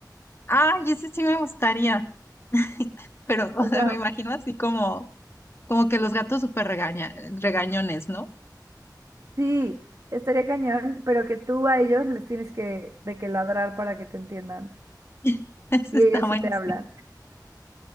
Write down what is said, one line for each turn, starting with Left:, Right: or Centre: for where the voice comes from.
Left: Ah, y ese sí me gustaría, <laughs> pero o
Right: O
Left: sea,
Right: sea,
Left: me imagino así como, como que los gatos súper regaña, regañones, ¿no?
Right: sí, estaría cañón, pero que tú a ellos les tienes que, de que ladrar para que te entiendan.
Left: <laughs> Ese
Right: Y
Left: está
Right: ellos
Left: buenísimo,
Right: sí te hablan.